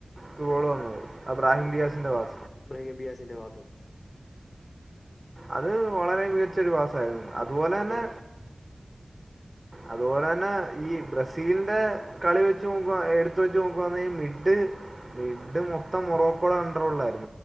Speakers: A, on the right (about 35°); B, on the left (about 55°).
A: ത്രു ബോളുവന്നത് അത് ബ്രാഹ്മ്ഡിയാസിന്റെ ഭാഗത്തുനിന്ന്
B: ബ്രാഹിംഡിയാസിന്റെ ഭാഗത്തുനിന്ന്
A: അത് വളരെമികച്ച ഒരു പാസായിരുന്നു അതുപോലെതന്നെ
B: അതെ
A: അതുപോലെതന്നെ ഈ ബ്രസീലിന്റെ കളിവെച്ച് നോക്കുവാ എടുത്തുവെച്ചു നോക്കുവാണെങ്കീ മിഡ്ഡ് മിഡ്ഡ് മൊത്തം മൊറോക്കോയുടെ കൺട്രോളിലായിരുന്നു